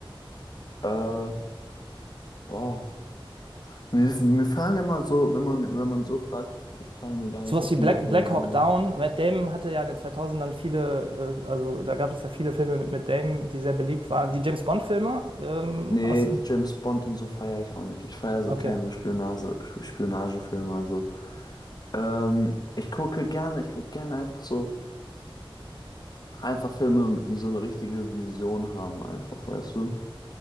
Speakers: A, on the left; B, on the right.
A: Äh, boah, Mir, mir fallen immer so, wenn man, wenn man so fragt, fallen mir gar
B: Sowas
A: nicht so viele
B: wie Black,
A: Filme
B: Black Hawk
A: ein. ne?
B: Down. Matt Damon hatte ja in den 2000ern viele, äh, also da gab es ja viele Filme mit Matt Damon, die sehr beliebt waren. Die James Bond-Filme ähm,
A: Nee,
B: aus den.
A: die James Bond und so feiere ich auch nicht. Ich feiere so
B: Okay.
A: keine Spionage, Spionagefilme. Also, ähm, ich gucke gerne, ich gucke gerne einfach so, einfach Filme, die so eine richtige Vision haben, einfach, weißt du?